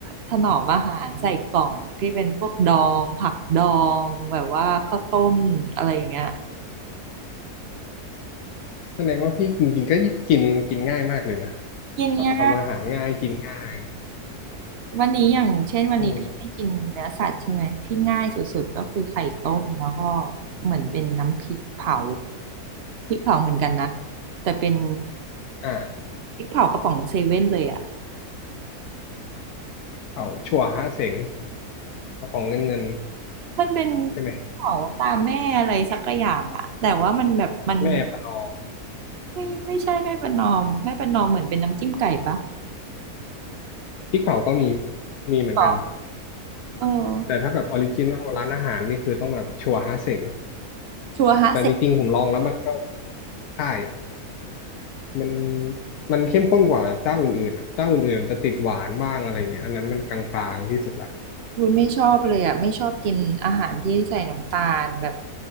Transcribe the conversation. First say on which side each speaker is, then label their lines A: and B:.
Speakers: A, on the right; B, on the left.
A: ถนอมอาหารใส่กล่องที่เป็นพวกดองผักดองแบบว่าข้าวต้มอะไรอย่างเงี้ย
B: ๆแสดงว่าพี่จริงๆก็กินกินง่ายมากเลยนะ
A: กินง่าย
B: แบบทำอาหารง่ายกินง่าย
A: วันนี้อย่างเช่นวันนี้พี่ไม่กินเนื้อสัตว์ใช่ไหมพี่ง่ายสุดๆก็คือไข่ต้มแล้วก็
B: เอออ่า
A: เหมือนเป็นน้ำพริกเผาพริกเผาเหมือนกันนะแต่เป็น
B: อ่า
A: พริกเผากระป๋องเซเว่นเลยอ่ะ
B: เขาชัวฮะเสงของเงินเงิน
A: มันเป็นพริกเผาตามแม่อะไรสักอย่างอ่ะแต่ว่ามันแบบมัน
B: ใช่ไหมแม่ประนอม
A: ไม่ไม่ใช่ไม่ประนอมไม่ประนอมเหมือนเป็นน้ำจิ้มไก่ปะ
B: พริกเผาก็มีมีเหมือนกัน
A: หรอเออ
B: แต่ถ้าแบบออริจินอลร้านอาหารนี่คือต้องแบบชัวร์ฮาเส็ง
A: ชัวฮะเสก
B: แต่จริงๆผมลองแล้วมันก็ใช่มันมันเข้มข้นกว่าเจ้าอื่นๆอะเจ้าอื่นๆจะติดหวานบ้างอะไรเงี้ยอันนั้นมันกลางๆที่สุดละ
A: คุยไม่ชอบเลยอ่ะไม่ชอบกินอาหารที่ใส่น้ำตาลแบบ